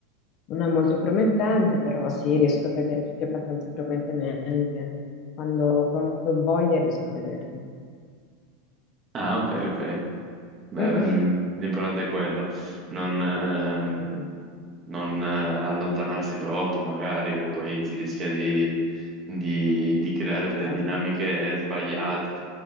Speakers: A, on the left (about 40°); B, on the right (about 30°).
A: non è molto promettente, però sì, riesco a vedere tutti abbastanza frequentemente. Quando, quando ho voglia riesco a vederli.
B: Ah, ok, ok. Beh,
A: Mm.
B: mm, l'importante è quello. Non, ehm,
A: Mm.
B: non eh, allontanarsi troppo, magari, e poi si rischia di, di- di creare delle
A: Certo,
B: dinamiche sbagliate.